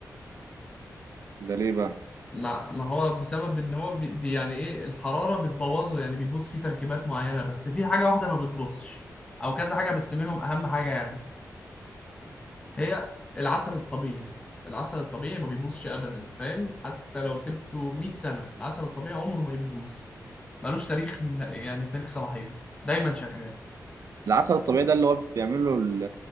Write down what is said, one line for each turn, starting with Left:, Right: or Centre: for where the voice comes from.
Right: ده ليه بقى؟
Left: ما ما هو بسبب ان هو بي بي- يعني ايه الحرارة بتبوظه يعني بيبوظ فيه تركيبات معينة بس في حاجة واحدة ما بتبوظش او كذا حاجة بس منهم اهم حاجة يعني هي العسل الطبيعي العسل الطبيعي ما بيبوظش ابدا فاهم حتى لو سبته 100 سنه العسل الطبيعي عمره ما يبوظ ملوش تاريخ ن- يعني تاريخ صلاحيه دايما شغال
Right: العسل الطبيعي ده اللي هو بيعمله ال-